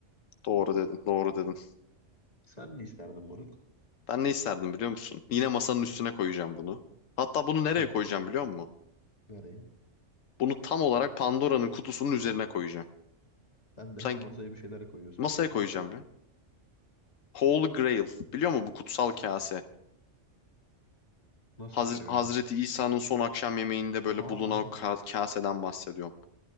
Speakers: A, on the left (about 85°); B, on the left (about 35°).
A: Doğru dedin, doğru dedin.
B: Sen ne isterdin moruk?
A: Ben ne isterdim biliyor musun? Yine masanın üstüne koyacağım bunu. Hatta bunu nereye
B: Hep
A: koyacağım
B: de.
A: biliyor musun?
B: Nereye?
A: Bunu tam olarak Pandora'nın kutusunun üzerine koyacağım.
B: Sen de
A: Sanki
B: hep masaya bir şeyler koyuyorsun
A: masaya
B: zaten.
A: koyacağım ya. Holy Grail. Biliyor musun bu kutsal kase?
B: Nasıl
A: Hazre-
B: bir şey
A: Hazreti
B: o ya?
A: İsa'nın son akşam yemeğinde böyle
B: Ha,
A: bulunan o ka- kaseden bahsediyorum.